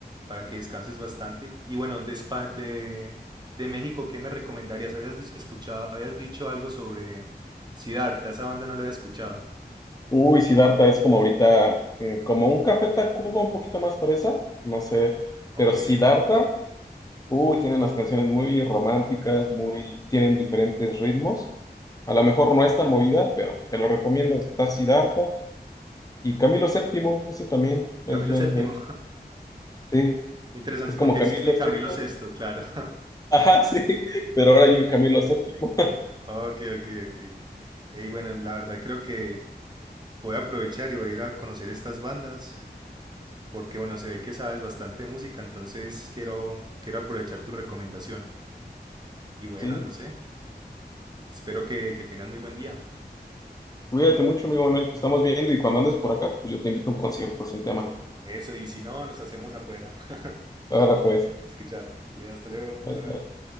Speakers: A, on the right; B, on the left.
A: para que descanses bastante. Y bueno, de, Espa- de, de México, ¿qué me recomendarías? ¿Habías dis- escuchado, habías dicho algo sobre Siddhartha? Esa banda no la había escuchado.
B: Uy, Siddhartha es como ahorita, mm, como un Café Tacuba un poquito más fresa, no sé.
A: Ok.
B: Pero Siddhartha Uy, tienen unas canciones muy románticas, muy, tienen diferentes ritmos. A lo mejor no es tan movida, pero te lo recomiendo. Está Siddhartha y Camilo Séptimo, ese también es
A: Camilo
B: buen,
A: VII.
B: buen. Sí,
A: <laughs> Interesante
B: es como
A: porque
B: Camilo
A: existe Camilo
B: Sexto.
A: Sexto claro. <laughs>
B: <laughs> Ajá, sí, pero ahora hay un Camilo Séptimo. <laughs>
A: Ok, ok, ok. Y bueno, la verdad creo que voy a aprovechar y voy a ir a conocer estas bandas, porque bueno, se ve que sabes bastante música, entonces quiero, quiero aprovechar tu recomendación. Y bueno,
B: Sí,
A: no sé, Espero que, que tengan muy buen día.
B: cuídate mucho, amigo Manuel. pues Estamos viendo y cuando andes por acá, pues yo te invito a un concierto sin tema.
A: Eso, y si no, nos hacemos afuera. <laughs>
B: Ahora pues,
A: A escuchar. Ale, hasta luego.
B: bye,
A: Bye bye.
B: bye.